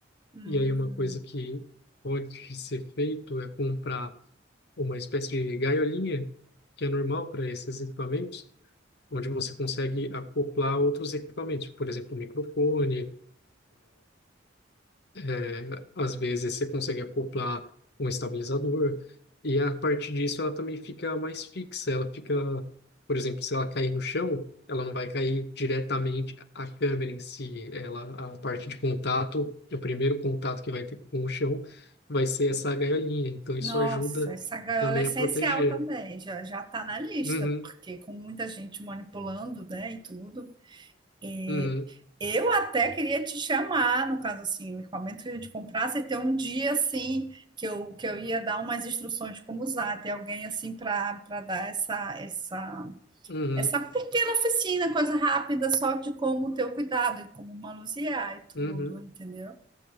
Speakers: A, on the right; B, on the left.
A: Hum.
B: E aí uma coisa que pode ser feito é comprar uma espécie de gaiolinha, que é normal para esses equipamentos, onde você consegue acoplar outros equipamentos, por exemplo, microfone, É, às vezes você consegue acoplar um estabilizador e a partir disso ela também fica mais fixa. Ela fica, por exemplo, se ela cair no chão, ela não vai cair diretamente a câmera em si. Ela, a parte de contato, o primeiro contato que vai ter com o chão vai ser essa gaiolinha. Então isso
A: Nossa,
B: ajuda
A: essa gaiola
B: também
A: é essencial
B: a proteger.
A: também, já já está na lista,
B: Uhum,
A: porque com muita gente manipulando, né, e tudo. É,
B: uhum,
A: eu até queria te chamar, no caso assim, o equipamento que a gente comprasse, e ter um dia assim que eu que eu ia dar umas instruções de como usar, ter alguém assim para para dar essa essa
B: uhum,
A: essa pequena oficina, coisa rápida, só de como ter o cuidado e como manusear e tudo,
B: uhum.
A: entendeu?